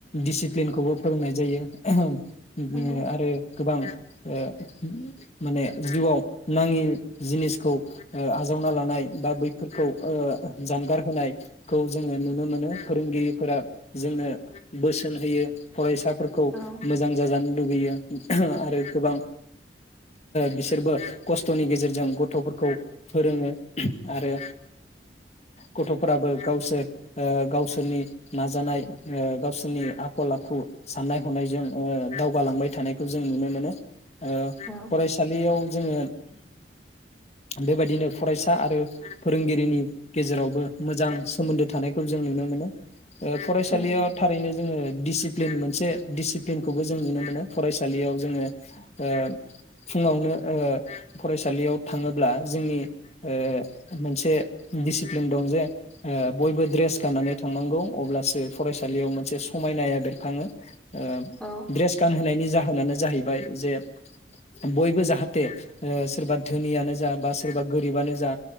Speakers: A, on the left (about 35°); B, in the centre.
A: दिडसिप्लिनखौबो फोरोंनाय जायो। उम
B: औ
A: आरो गोबां ओ माने जिउआव नाङि जिनिसखौ आजावना लानाय बा बैफोरखौ जानगार होनायखौ जोङो नुनो मोनो फोरोंगिरिफोरा जोंनो बोसोन होयो फरायसा फोरखौ
B: औ
A: मोजां जाजानो लुगैयो आरो गोबां बिसोरबो खस्थ'नि गेजेरजों गथ'फोरखौ फोरोङो आरो गथ'फोराबो गावसोर गावसोरनि नाजानाय गावसोरनि आखल आखु साननाय हनायजों जौगालांबाय थानायखौ जों नुनो मोनो। ओ
B: औ
A: फरायसालियाव जोङो बेबायदिनो फरायसा आरो फोरोंगिरिनि गेजेरावबो मोजां सोमोन्दो थानायखौ जों नुनो मोनो। फरायसालियाव
B: उम
A: थारैनो जोङो दिसि मोनसे दिसिप्लिनखौबो जों नुनो मोनो। फरायसालियाव जोङो ओ फुङावनो फरायसालियाव थाङोब्ला जोंनि ओ मोनसे डिसिप्लिन दं जे बयबो ड्रेस गाननानै थांनांगौ अब्लासो फरायसालियाव मोनसे समायनाया बेरखाङो। ओ
B: औ
A: ड्रेस गानहोनायनि जाहोनानो जाहैबाय जे बयबो जाहाथे ओ सोरबा धोनियानो जा बा सोरबा गोरिबानो जा